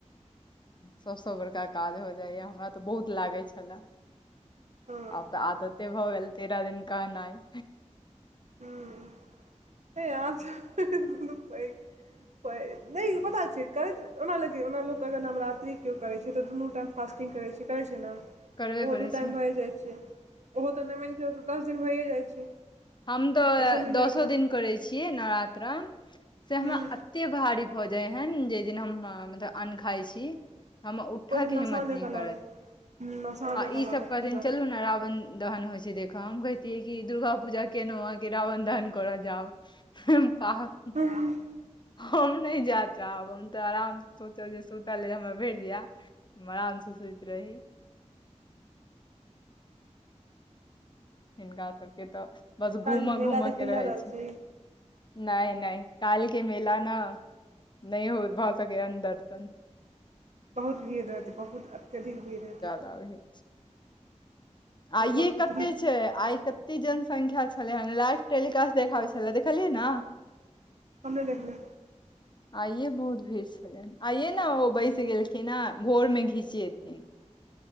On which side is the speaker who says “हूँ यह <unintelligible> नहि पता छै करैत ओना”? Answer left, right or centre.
Right